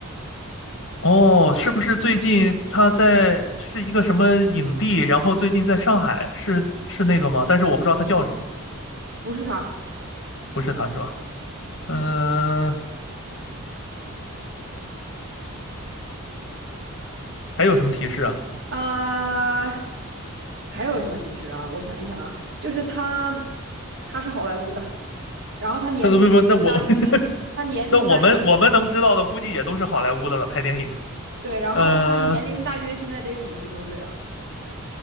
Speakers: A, on the left; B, on the right.
A: 哦，是不是最近他在是一个什么影帝？然后最近在上海，是是那个吗？但是我不知道他叫什么，
B: 不是他，
A: 不是他是吧？嗯、还有什么提示啊？
B: 呃，还有什么提示啊？我想一想啊，就是他，他是好莱坞的，然后他年龄大约，
A: 那不不，那我 <laughs>
B: 他年龄大约现，
A: 那我们我们能知道的，估计也都是好莱坞的了，拍电影。
B: 对，然后他年龄大约现在得五十多岁了。
A: 嗯、呃